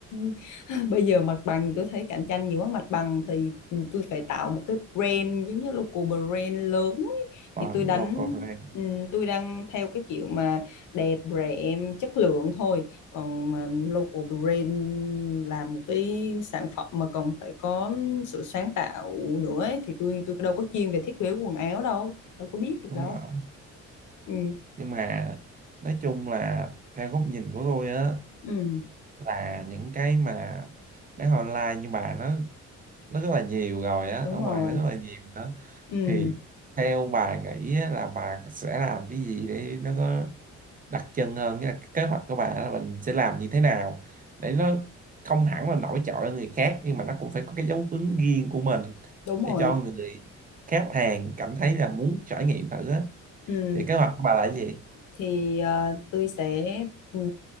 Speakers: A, on the left; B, on the right.
A: <laughs> bây giờ mặt bằng tôi thấy cạnh tranh nhiều quá mặt bằng thì ừ, tôi phải tạo một cái brand giống như local brand lớn ấy.
B: không
A: thì tôi đánh
B: Ờ, local brand
A: ừm, tôi đang theo cái kiểu mà đẹp rẻ chất lượng thôi còn mà local brand là một cái sản phẩm mà còn phải có sự sáng tạo nữa ấy. thì tôi tôi đâu có chuyên về thiết kế quần áo đâu đâu có biết được
B: đúng
A: đâu
B: rồi
A: ừ
B: nhưng mà nói chung là theo góc nhìn của tôi á
A: ừ
B: là những cái mà bán online như bà nó nó rất là nhiều rồi á ở
A: đúng
B: ngoài
A: rồi
B: nó rất là nhiều đó
A: ừ
B: thì theo bà nghĩ á, là bà sẽ làm cái gì để nó có đặc trưng hơn nghĩa là cái kế hoạch của bà là mình sẽ làm như thế nào để nó không hẳn là nổi trội hơn người khác nhưng mà nó cũng phải có cái dấu ấn riêng của mình
A: đúng
B: để
A: rồi
B: cho người khách hàng cảm thấy là muốn trải nghiệm thử á
A: ừ
B: thì kế hoạch của bà là cái gì
A: thì ờ, tôi sẽ ừm,